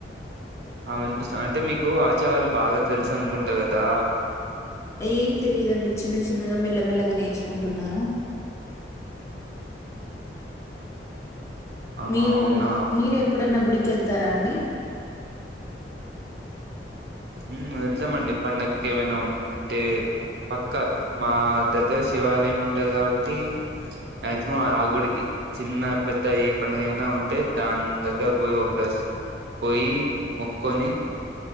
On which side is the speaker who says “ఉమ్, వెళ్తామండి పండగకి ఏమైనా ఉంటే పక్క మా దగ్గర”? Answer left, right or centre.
Right